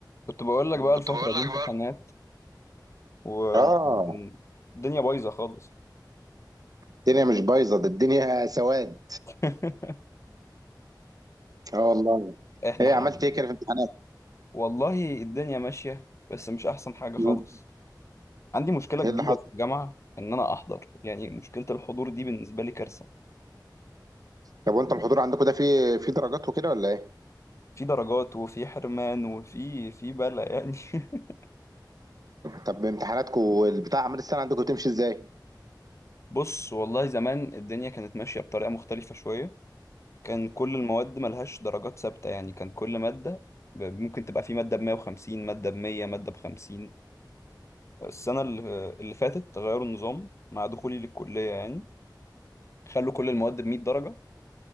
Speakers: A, on the left; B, on the right.
A: كنت بقول لك بقى الفترة
B: كنت بقول
A: دي
B: لك
A: امتحانات والدنيا
B: اه
A: بايظة خالص
B: الدنيا مش بايظه ده الدنيا سواد
A: <laughs>
B: اه والله
A: احنا
B: ايه
A: حل
B: عملت ايه كده في الامتحانات
A: والله الدنيا ماشية بس مش أحسن حاجة خالص
B: مم.
A: عندي مشكلة
B: ايه
A: كبيرة
B: اللي حصل
A: في الجامعة إن أنا أحضر يعني مشكلة الحضور دي بالنسبة لي كارثة
B: طب وانت الحضور عندكم ده فيه في درجات وكده ولا ايه
A: في درجات وفي حرمان وفي في بلا يعني <laughs>
B: طب امتحاناتكم البتاع اعمال السنه عندكم تمشي ازاي
A: بص والله زمان الدنيا كانت ماشية بطريقة مختلفة شوية كان كل المواد ملهاش درجات ثابتة يعني كان كل مادة ب- ممكن تبقى في مادة ب 150 مادة ب 100 مادة ب 50 فالسنة اللي اللي فاتت غيروا النظام مع دخولي للكلية يعني خلوا كل المواد ب 100 درجة